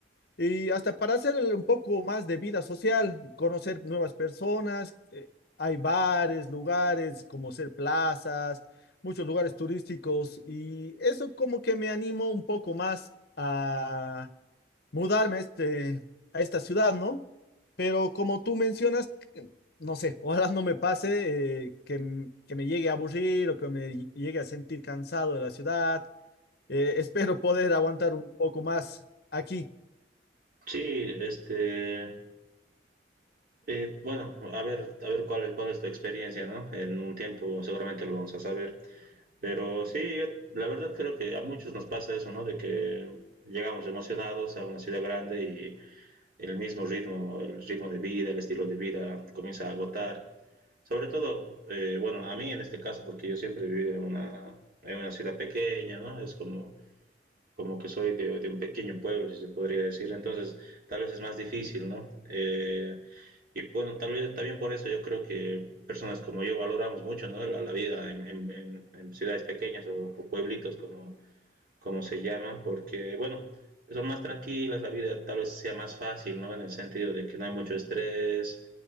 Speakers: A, on the left; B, on the right.
A: y hasta para hacer un poco más de vida social, conocer nuevas personas. eh, hay bares, lugares como ser plazas, muchos lugares turísticos, y eso como que me animó un poco más a mudarme a, este, a esta ciudad, ¿no? Pero como tú mencionas, que- no sé, <laughs> ojalá no me pase eh, que, m- que me llegue a aburrir o que me ll- llegue a sentir cansado de la ciudad. Eh, espero poder aguantar un poco más aquí.
B: Sí, este, Eh, bueno, a ver, a ver cuál es, cuál es tu experiencia, ¿no? En un tiempo seguramente lo vamos a saber. Pero sí, yo la verdad creo que a muchos nos pasa eso, ¿no? De que llegamos emocionados a una ciudad grande y el mismo ritmo, el ritmo de vida, el estilo de vida comienza a agotar. Sobre todo, eh, bueno, a mí en este caso, porque yo siempre he vivido en una, en una ciudad pequeña, ¿no? Es como como que soy de, de, un pequeño pueblo, si se podría decir, entonces tal vez es más difícil, ¿no? Eh, y bueno, tal vez también por eso yo creo que personas como yo valoramos mucho ¿no? la, la, vida en, en, en, en ciudades pequeñas o, o, pueblitos, como, como se llaman, porque, bueno, son más tranquilas, la vida tal vez sea más fácil, ¿no? En el sentido de que no hay mucho estrés,